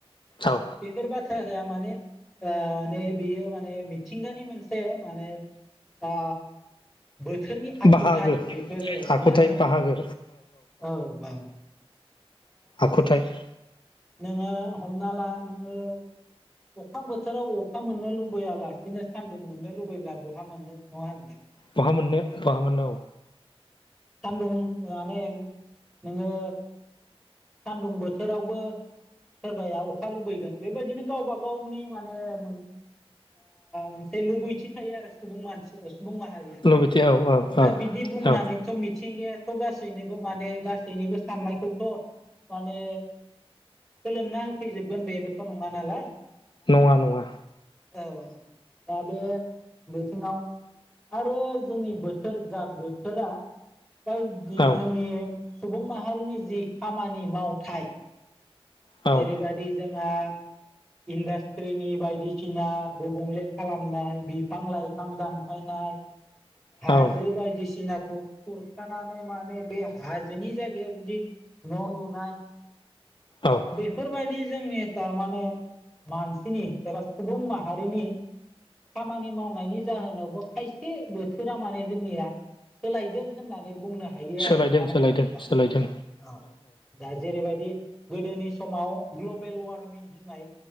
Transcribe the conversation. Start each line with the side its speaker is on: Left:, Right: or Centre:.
Left: औ
Centre: बेफोर बाथ्रा माने ओ नै बे माने बे मिथिंगानि मोनसे माने ओ बोथोरनि आखुथाइ
Left: बाहागो
Centre: बेफोरो नङा
Left: आखुथाय
Centre: होनबा नोंथां।
Left: बाहागो
Centre: औ बां
Left: आखुथाइ
Centre: नोङो हमना ला नोङो अखा बोथोराव अखा मोननो लुबैयालासिनो सान्दुं मोननो लुबैब्ला बहा मोननो नङा होनब्ला।
Left: बहा मोननो बहा मोननो औ
Centre: सानदुं माने नोङो सान्दुं बोथोरावबो सोरबाया अखा लुबैगोन बेबायदिनो गावबा गावनि माने ओ मोनसे लुबैथि थायो आरो सुबुं मानसि सुबुं माहारिया।
Left: लबैथो औ औ
Centre: दा बिदि बुंनानैथ'
Left: औ
Centre: मिथिंगायाथ' गासैनिबो माने गासैनिबो साननायखौथ' माने फोलोमना होफैजोबगोन बेबोथ' नङा नालाय।
Left: नङा नङा।
Centre: औ औ दा बे बिथिङाव आरो जोंनि बोथोर जा बोथोरा बायदि
Left: औ
Centre: जोंनि सुबुं माहारिनि जि खामानि मावथाय
Left: औ
Centre: जेरैबायदि जोंहा इन्डास्ट्रिनि बायदिसिना गुबुंले खालामनाय बे बिफां लाइफां दानफायनाय हाजो
Left: औ
Centre: बायदिसि नाखौ खुरखानानै माने बे हाजोनि जायगायाव जुदि न' लुनाय
Left: औ
Centre: बेफोरबायदि जोंनि ओ माने मानसिनि एबा सुबुं माहारिनि खामानि मावनायनि जाहोनावबो खायसे बोथोरा माने जोंनिया सोलायदों होननानै बुंनो हायो
Left: सोलायदों
Centre: आरो नङा होनब्ला
Left: सोलायदों
Centre: नोंथां।
Left: सोलायदों
Centre: औ दा जेरैबायदि गोदोनि समाव ग्लबेल वार्मिं होननाय